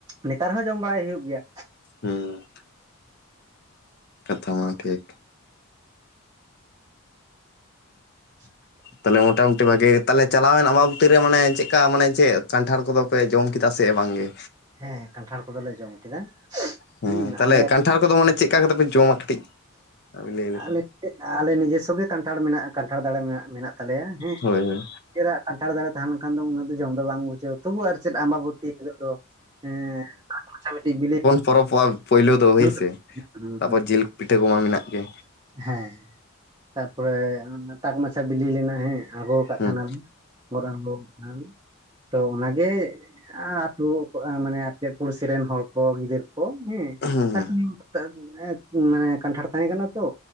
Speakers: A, on the right; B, on the left.
A: ᱱᱮᱛᱟᱨ ᱦᱚᱸ ᱡᱚᱢ ᱵᱟᱲᱟᱭ ᱦᱩᱭᱩᱜ ᱜᱮᱭᱟ᱾
B: ᱦᱮᱸᱻ᱾ ᱠᱟᱛᱷᱟ
A: ᱱᱚᱜᱼᱚ
B: ᱢᱟ
A: ᱱᱚᱝᱠᱟ
B: ᱴᱷᱤᱠ᱾
A: <inaudible>
B: ᱛᱟᱦᱚᱞᱮ ᱢᱚᱴᱟᱢᱩᱴᱤ ᱵᱷᱟᱜᱤ ᱜᱮ ᱛᱟᱦᱚᱞᱮ ᱪᱟᱞᱟᱣᱮᱱ ᱟᱢᱵᱟᱵᱚᱛᱤ ᱨᱮ ᱢᱟᱱᱮ ᱪᱮᱫᱠᱟ ᱢᱟᱱᱮ ᱪᱮᱫ ᱠᱟᱱᱴᱷᱟᱲ ᱠᱚᱫᱚ ᱯᱮ ᱡᱚᱢ ᱠᱮᱫᱟ ᱥᱮ ᱵᱟᱝᱜᱮ?
A: ᱦᱮᱸ ᱠᱟᱱᱴᱷᱟᱲ ᱠᱚᱫᱚᱞᱮ ᱡᱚᱢ ᱠᱮᱫᱟ᱾
B: ᱦᱮᱸ
A: ᱦᱩᱸ
B: ᱛᱟᱦᱚᱞᱮ
A: ᱟᱞᱮᱭᱟᱜ
B: ᱠᱟᱱᱴᱷᱟᱲ ᱠᱚᱫᱚ ᱢᱟᱱᱮ ᱪᱮᱜ-ᱠᱟ ᱠᱟᱛᱮ ᱯᱮ ᱡᱚᱢᱟ ᱠᱟᱹᱴᱤᱡ ᱞᱟᱹᱭ ᱞᱮᱠᱷᱟᱱ
A: ᱟᱞᱮ ᱟᱞᱮ ᱱᱤᱡᱮᱥᱥᱚ ᱜᱮ ᱠᱟᱱᱴᱷᱟᱲ ᱢᱮᱱᱟᱜᱼᱟ ᱠᱟᱱᱴᱷᱟᱲ ᱫᱟᱲᱮ ᱢᱮᱱᱟᱜ ᱢᱮᱱᱟᱜ ᱛᱟᱞᱮᱭᱟ ᱦᱮᱸ᱾
B: ᱦᱳᱭ ᱦᱳᱭ᱾
A: ᱱᱤᱡᱮᱨᱟᱜ ᱠᱟᱱᱴᱷᱟᱲ ᱫᱟᱲᱮ ᱛᱟᱦᱮ ᱞᱮᱱᱠᱷᱟᱱ ᱫᱚ ᱩᱱᱟᱹᱜ ᱫᱚ ᱡᱚᱢ ᱫᱚ ᱵᱟᱝ ᱵᱩᱡᱷᱟᱹᱜ-ᱟ ᱛᱚᱵᱩ ᱟᱨ ᱥᱮᱫ ᱟᱢᱵᱟᱵᱚᱛᱤ ᱦᱤᱞᱳᱜ ᱫᱚ ᱮᱸ <unintelligible> ᱢᱟᱪᱷᱟ ᱢᱤᱫᱴᱤᱡ ᱵᱤᱞᱤ
B: ᱯᱚᱨᱚᱵᱽᱚᱜᱼᱟ ᱯᱳᱭᱞᱳ ᱫᱚ ᱦᱳᱭ
A: ᱦᱩᱸ
B: ᱥᱮ
A: ᱦᱩᱸ
B: ᱛᱟᱯᱚᱨ
A: ᱦᱩᱸ
B: ᱡᱤᱞ ᱯᱤᱴᱷᱟᱹ ᱠᱚᱢᱟ ᱢᱮᱱᱟᱜ ᱜᱮ᱾
A: ᱦᱮᱸ ᱛᱟᱯᱚᱨᱮ <unintelligible> ᱛᱟᱠ ᱢᱟᱪᱷᱟ ᱵᱤᱞᱤ ᱞᱮᱱᱟ ᱦᱮᱸ ᱟᱬᱜᱚᱣᱟᱠᱟᱫ
B: ᱦᱩᱸ
A: ᱛᱟᱦᱮᱱᱟᱞᱤᱧ᱾ <unintelligible> ᱛᱚ ᱚᱱᱟᱜᱮ ᱟᱛᱳ ᱢᱟᱱᱮ ᱟᱯᱮᱭᱟᱜ ᱯᱩᱲᱥᱤ ᱨᱮᱱ ᱦᱚᱲ ᱠᱚ ᱜᱤᱫᱟᱹᱨ ᱠᱚ ᱦᱮᱸ
B: ᱦᱩᱸ
A: <unintelligible> ᱢᱟᱱᱮ ᱠᱟᱱᱴᱷᱟᱲ ᱛᱟᱦᱮᱸ ᱠᱟᱱᱟ ᱛᱚ᱾